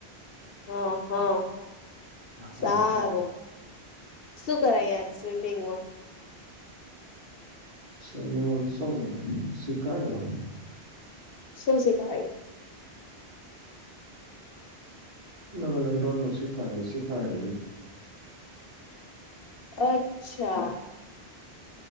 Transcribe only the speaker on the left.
હા હા
સારું. શું કરાય જ સ્વિમિંગમાં
શું શિખાડી
અચ્છા.